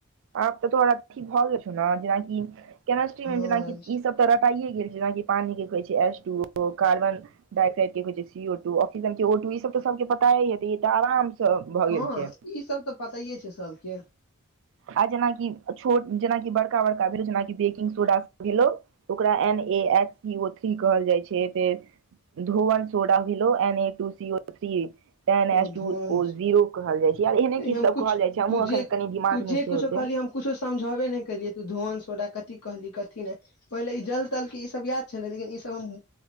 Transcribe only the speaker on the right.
आ तऽ तोराथी भऽ गेल छ ने जेनाकिमस्ट्रीमे
जेनाकि ई स तऽ रटाइए गेल छै जेनाकि पानी के कहै छै एस टू ओ कार्बन <unintelligible> के होय छै सी ओ टू आक्सीजन के ओ टू ई सब सभ के पतायै हैते ई त आराम से भऽ
गेल छै
आ जेनाकि छोट जेनाकि बड़का बड़का भेलो जेनाकि बेकिंग सोडा भेलो ओकरा N A H C O three कहल जाइ छै फेर धोवन सोडा भोलो N A O two C three ten S
two
ओ जीरो कहल जाइ छैर एहने की सब
कहल जाइ छै हमहुँ
अखन
कनि दिमाग
नहि छै
ओते